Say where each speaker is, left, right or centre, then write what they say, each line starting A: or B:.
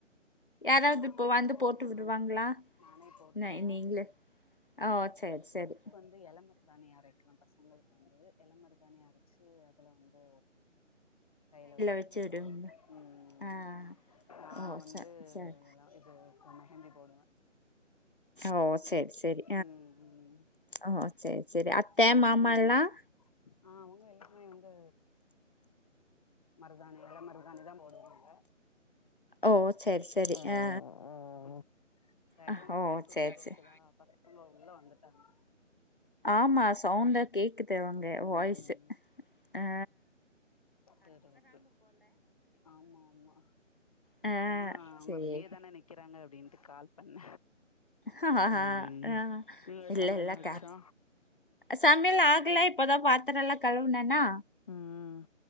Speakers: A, on the left (about 45°); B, on the left (about 30°).
A: யாராவ்து
B: ஆனா
A: இப்போ வந்து
B: இல்ல இல்ல
A: போட்டு
B: நானே
A: விடுவாங்களா
B: நானே போட்ருவே
A: நை நீங்ளே அ ஓ செரி செரி
B: ந்து எல மருதாானி அரைக்குவேன் பசங்களுக்கு வந்து எல மருதாணி அரைச்சு அதில வந்து கையில வத்து
A: வச்சு
B: போடனும்
A: விடுவீங்க.
B: ம்
A: ஆ.
B: நா
A: ஓ!
B: வந்து
A: ச சரி.
B: எல்லா இது மெஹந்தி போடுவேன்
A: ஓ செரி செரி
B: ம் ம்
A: ஓ செரி செரி அத்த
B: இங்க சமையல்
A: மாமா
B: முடுஞ்சு
A: எல்லாம்
B: ஆ அவுங்க எல்லாமே வந்து மருதாணி எல மருதாானி தான் போடுவங்க
A: ஓ! சரி, சரி.
B: அஅ
A: ஆ.
B: அஅ பேக்ரவுண்ட்
A: ஆ.
B: நாய்ஸ்
A: ஓ!
B: எதும்
A: சரி,
B: கேக்குதா
A: சரி.
B: பசங்கள உள்ள வந்துட்டாங்க
A: ஆமா சவுண்டா கேக்குது அவங்க
B: ம்
A: வாய்ஸு அ
B: சேரி ஓகே ஆமா ஆமா
A: ஆ.
B: அ அவங்க
A: சரி.
B: வெளியே தானே நிக்கிறாங்க அப்டின்ட்டு கால் பண்ண
A: ஆஹ்
B: ம் நீங்க
A: இல்ல
B: சமையல்
A: இல்ல
B: ஆச்சா
A: கா சமையல் ஆகல இப்போதான் பாத்ரோம்லா கழுவுனேனா
B: ம்